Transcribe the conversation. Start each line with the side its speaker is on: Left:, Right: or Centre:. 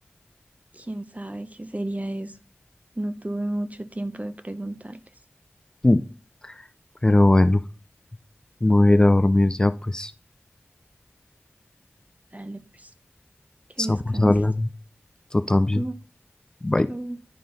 Right: quién sabe qué sería eso. No tuve mucho tiempo de preguntarles.
Left: Mm. Pero bueno, me voy a ir a dormir ya, pues,
Right: Dale, pues, que
Left: estamos
Right: descanses.
Left: hablando, tú también.
Right: No,
Left: Bye.
Right: chao.